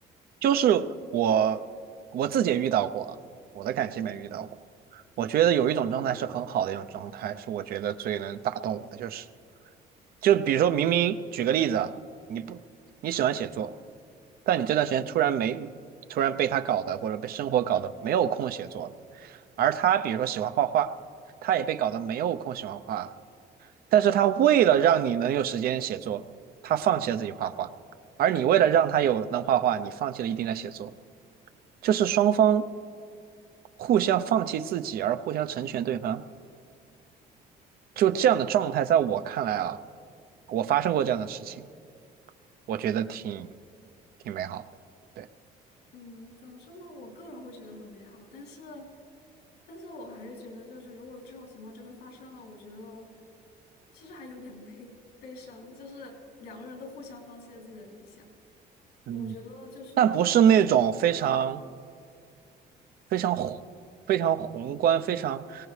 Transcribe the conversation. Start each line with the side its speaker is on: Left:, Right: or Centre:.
Right: 就是我我自己也遇到过啊，我的感情没遇到过。我觉得有一种状态是很好的一种状态，是我觉得最能打动我的，就是就比如说明明举个例子啊，你不你喜欢写作，但你这段时间突然没突然被他搞的或者被生活搞的没有空写作了，而他比如说喜欢画画，他也被搞得没有空喜欢画，但是他为了让你能有时间写作，他放弃了自己画画，而你为了让他有能画画，你放弃了一定的写作，就是双方互相放弃自己而互相成全对方，就这样的状态，在我看来啊，我发生过这样的事情，我觉得挺挺美好的，对，
Left: 嗯，怎么说呢？我个人会觉得很美好，但是，但是我还是觉得，就是如果这种情况真的发生了，我觉得其实还有点悲悲伤，就是两个人都互相放弃了自己的理想。
Right: 嗯，
Left: 我觉得就是，
Right: 但不是那种非常非常宏非常宏观非常